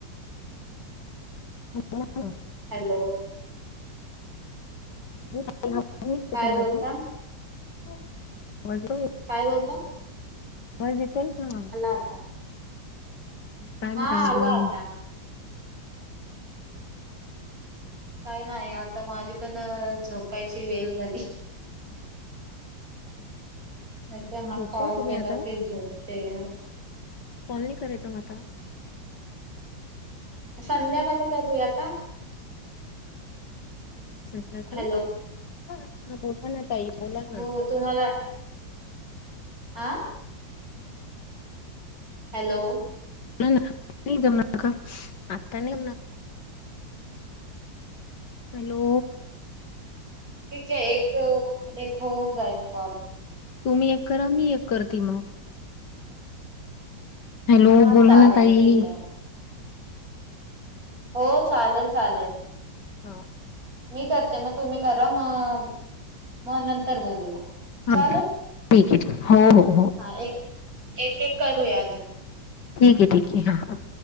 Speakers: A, on the left (about 65°); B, on the right (about 45°).
A: <inaudible>
B: हॅलो
A: <inaudible>
B: काय बोलता
A: <unintelligible>
B: काय म्हणता?
A: आवाज येतोय का?
B: आता.
A: काय
B: हा
A: म्हणता अजून
B: आला आता काय नाही आता माझी पण झोपायची वेल झाली. नाहीतर हा
A: झोपताय
B: कॉल
A: तुम्ही
B: झाला
A: आता
B: की झोपते यार.
A: कॉल नाही करायचा म आता?
B: संध्याकाळी करूया का?
A: संध्याकाळी,
B: हॅलो.
A: हा बोला ना ताई बोला ना
B: हो तुम्हाला आ हॅलो
A: नाही जमणार का? आत्ता नाही हॅलो
B: ठीक आहे एक एक होऊन जाईल कॉल.
A: तुम्ही एक करा, मी एक करते मग. हॅलो
B: हा
A: बोला
B: चालेल
A: ना ताई
B: ठीक आहे मग. हो चालेल चालेल
A: हा
B: मी करते मग तुम्ही करा, मग मग नंतर बोलूया. चालेल,
A: हा ठीक आहे हो हो हो
B: हा एक एक एक करूया अजून.
A: ठीके ठीके, हा.